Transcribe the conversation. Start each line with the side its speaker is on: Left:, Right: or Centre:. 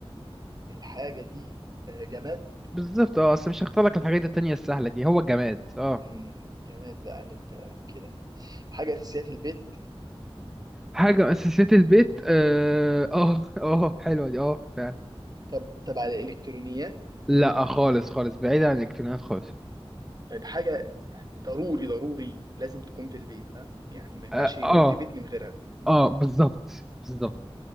Right: الحاجه دي آه، جماد
Centre: بالظبط اه اصل مش هختار لك الحاجات التانية السهلة دي هو الجماد اه
Right: مم، جماد بقى اللي انت كده حاجه اساسيه في البيت
Centre: حاجة من أساسيات البيت اه اه آه، حلوة دي اه فعلا
Right: طب تبع الالكترونيات
Centre: لا خالص خالص بعيد عن الإلكترونيات خالص
Right: طيب حاجة يعني ضروري ضروري لازم تكون في البيت ها يعني ما ينفعش
Centre: اه
Right: يكون
Centre: اه
Right: في بيت من غيرها
Centre: آه، بالظبط بالظبط